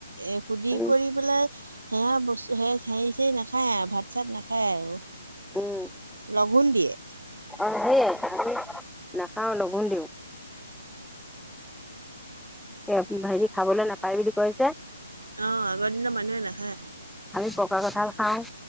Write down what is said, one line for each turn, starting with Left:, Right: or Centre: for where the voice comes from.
Right: এ সুধি
Centre: উম
Right: কৰি পেলাই সেয়া বস্তু সে হেৰি চ নাখায় আৰু ভাত চাত নাখায় আৰু
Centre: উম
Right: লগোণ দিয়ে
Centre: অ সেইয়াই আমি নাখাও লগঘোণ দিওঁ এই হেৰি খাবলৈ নাপায় বুলি কৈজে
Right: অ ন মনে নহে
Centre: আমি পকা কঠাল খাওঁ